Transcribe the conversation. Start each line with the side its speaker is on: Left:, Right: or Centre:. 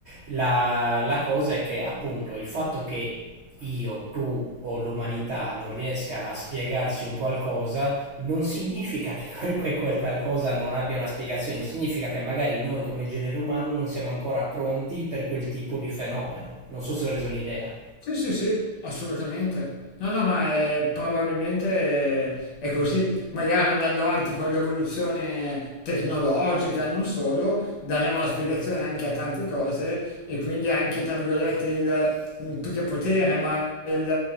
Right: la, la cosa è che appunto il fatto che io, tu o l'umanità non riesca a spiegarsi un qualcosa, non significa che quel, che quel qualcosa non abbia una spiegazione, significa che magari noi come genere umano non siamo ancora pronti per quel tipo di fenomeno. Non so se ho reso l'idea.
Left: Sì, sì, sì, assolutamente. No, no, ma è- probabilmente è, così. Magari andando avanti con l'evoluzione tecnologica, non solo, daremo la spiegazione anche a tante cose e quindi anche, tra virgolette, il, mm, più che potere, ma il,